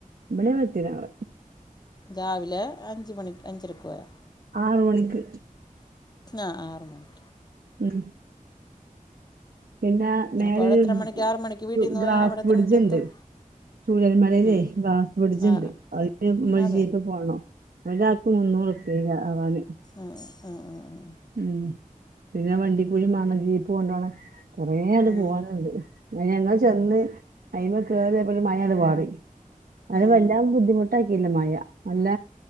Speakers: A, on the right; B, on the left.
A: ഇപിടെ വേകം എത്തിണ് ഞങ്ങൾ
B: രാവിലെ അഞ്ച് മണിക്ക് അഞ്ചരക്കോയോ
A: ആറ് മണിക്ക്
B: ആ ആറ് മണിക്ക്
A: ഉം പിന്നെ മേലൊരു
B: അപ്പോൾ അവിടെ എത്ര മണിക്ക് ആറ് മണിക്ക് വീട്ടിൽ നിന്ന്
A: ഗ്ളാസ്
B: പോയാൽ അവിടെ എത്ര
A: ബ്രിഡ്ജ്ണ്ട്
B: മണിക്ക് എത്തും
A: ചൂരൽ മലേല്
B: ഉം.
A: ഗ്ളാസ് ബ്രഡ്ജ്ണ്ട്
B: ആ ആ
A: അതിന് ഞമ്മള്
B: അതെ
A: ജീപ്പ് പോണം ഒരാക് മുന്നൂറു പ്യെ കേറാന്
B: ആഹ് അ ആഹ്
A: ഉം പിന്നെ വണ്ടിക്കൂലി മാണം ജീപ്പ് കൊണ്ടോണ കൊറേ അങ്ങട്ട്
B: ഉം,
A: പോവാനുണ്ട് അയിന് ഞങ്ങൾ ചെന്ന് അയിമ കേറി അപ്പം ഒരു മഴ പാറി അത്
B: ഉം,
A: വല്ലാ ബുദ്ധിമുട്ടാക്കിയില്ല മയ അല്ല